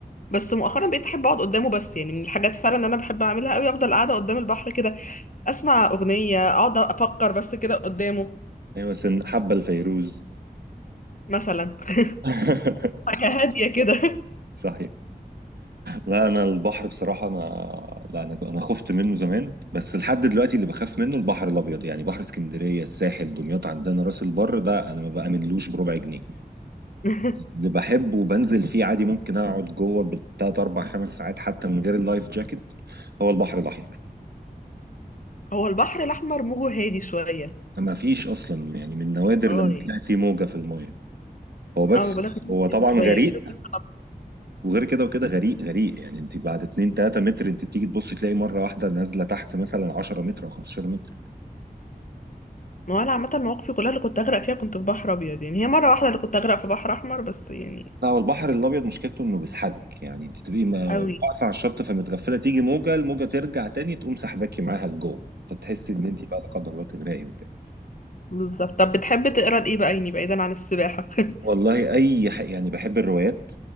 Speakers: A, on the left (about 55°); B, on the right (about 80°).
A: بس مؤخرا بقيت احب اقعد قدامه بس يعني من الحاجات فعلا اللي انا بحب اعملها قوي افضل قاعده قدام البحر كده اسمع اغنيه اقعد افكر بس كده قدامه
B: ايوه سن حبه الفيروز
A: مثلا <laughs>
B: <laughs>
A: حاجه هاديه كده
B: صح لا انا البحر بصراحه انا لا انا انا خفت منه زمان بس لحد دلوقتي اللي بخاف منه البحر الابيض يعني بحر اسكندريه الساحل دمياط عندنا راس البر ده انا ما بامنلوش بربع جنيه
A: <laughs>
B: اللي بحبه وبنزل فيه عادي ممكن اقعد جوه بالتلات اربع خمس ساعات حتى من غير اللايف جاكيت هو البحر الاحمر
A: هو البحر الأحمر موجه هادي شوية
B: ما فيش اصلا يعني من نوادر
A: اه
B: لما
A: يعني
B: تلاقي فيه موجه في الميه هو بس
A: اه ما بقولك موجه
B: هو طبعا
A: هادي شوية
B: غريق
A: كده كنت أب-
B: وغير كده وكده غريق غريق يعني انت بعد 2 3 متر انت بتيجي تبص تلاقي مره واحده نازله تحت مثلا 10 متر او 15 متر
A: ما هو أنا عامة مواقفي كلها اللي كنت أغرق فيها كنت في بحر أبيض يعني هي مرة واحدة اللي كنت أغرق في بحر أحمر بس يعني
B: لا هو البحر الابيض مشكلته انه بيسحبك يعني انت تبقي ما- واقفه
A: أوي
B: على الشط فمتغفله تيجي موجه الموجه ترجع تاني تقوم سحباكي معاها لجوه فتحسي ان انت بقى لا قدر الله تغرقي وبتاع
A: بالظبط طب بتحب تقرا لإيه بقى يعني بعيدا عن السباحة <laughs>
B: والله اي ح... يعني بحب الروايات